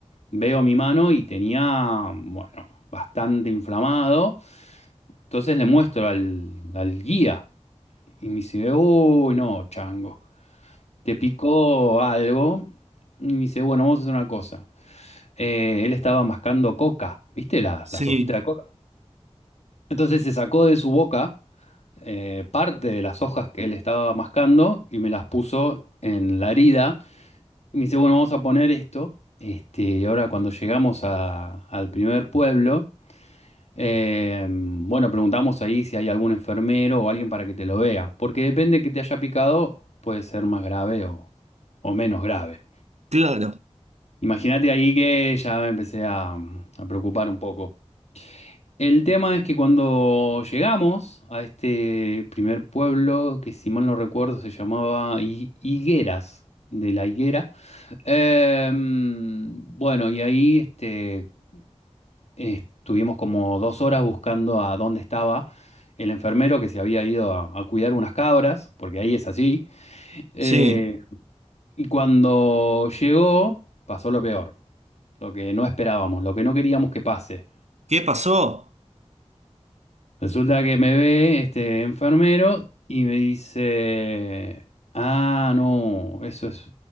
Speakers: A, on the left (about 70°); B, on the right (about 75°).
A: veo mi mano y tenía, bueno, bastante inflamado. Entonces le muestro al, al guía y me dice, uy, no, chango, te picó algo. Y me dice, bueno, vamos a hacer una cosa. Eh, él estaba mascando coca, ¿viste? La-
B: sí,
A: las hojitas de coca. Entonces se sacó de su boca eh, parte de las hojas que él estaba mascando y me las puso en la herida Y me dice, bueno, vamos a poner esto. Este, y ahora cuando llegamos a- al primer pueblo, eh, bueno, preguntamos ahí si hay algún enfermero o alguien para que te lo vea. Porque depende que te haya picado, puede ser más grave o, o menos grave.
B: claro,
A: Imagínate ahí que ya me empecé a, a preocupar un poco. El tema es que cuando llegamos a este primer pueblo, que si mal no recuerdo se llamaba Hi- Higueras, de la Higuera, em, bueno, y ahí este, estuvimos como dos horas buscando a dónde estaba el enfermero que se había ido a, a cuidar unas cabras, porque ahí es así. Eh,
B: sí.
A: y cuando llegó, pasó lo peor, lo que no esperábamos, lo que no queríamos que pase.
B: ¿Qué pasó?
A: Resulta que me ve este enfermero y me dice, ah, no, eso es,